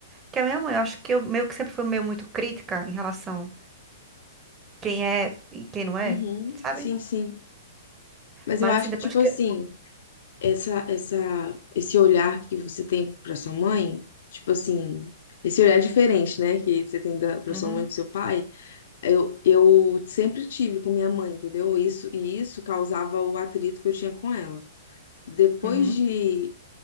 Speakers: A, on the right (about 20°); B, on the left (about 60°).
A: que a minha mãe. Eu acho que eu meio que sempre fui meio muito crítica em relação quem é e quem não é,
B: uhum,
A: sabe?
B: sim, sim. Mas
A: Mas
B: eu acho
A: assim, depois
B: que, tipo
A: que.
B: assim, essa, essa, esse olhar que você tem pra sua mãe, tipo assim, esse olhar diferente, né, que você tem da, pra
A: Uhum,
B: sua mãe e pro seu pai, eu, eu sempre tive com minha mãe, entendeu? Isso, e isso causava o atrito que eu tinha com ela. depois
A: uhum,
B: de